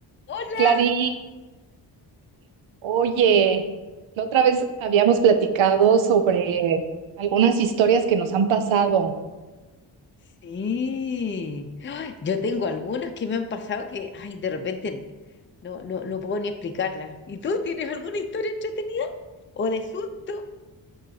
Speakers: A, on the left; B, on the right.
A: Hola.
B: Clarín, oye, la otra vez habíamos platicado sobre algunas historias que nos han pasado,
A: Sí. ¡Ay! Yo tengo algunas que me han pasado que, ay, de repente no, no, no puedo ni explicarlas. ¿Y tú tienes alguna historia entretenida? ¿O de susto?